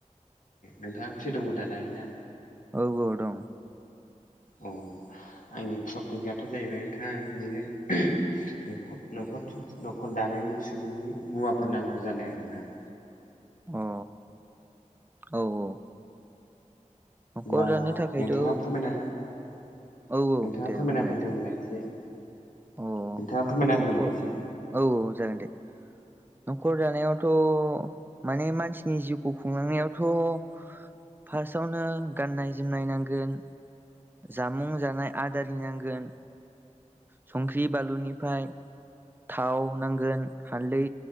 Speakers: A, on the left; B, on the right.
A: नोंथाङा फ्रि दङ दा दायो ना
B: औ औ दं
A: अ आंनि प्रफिटआथ' जाहैबाय नोंथां बिदिनो ख नखर न'खर दानायनि सुबुंनि मुवाफोर नांगौ जानाय आरो नोंथां
B: अ औ औ। न'खर
A: बा
B: दानो थाखायथ'
A: नोंथाङा फोरमायना। नोंथाङा
B: औ दे
A: फोरमायना
B: बुंलाय
A: होगोरलाय
B: नोंथां
A: एसे नोंथाङा
B: अ
A: फोरमायना
B: न'खर
A: होगोरलाय एसे।
B: औ औ जागोन दे न'खर जानायावथ' माने मानसिनि जिउखौ खुंलांनायावथ' फार्स्टआवनो गाननाय जोमनाय नांगोन जामुं जानाय आदारि नांगोन संख्रि बानलुनिफ्राय थाव नांगोन हालदै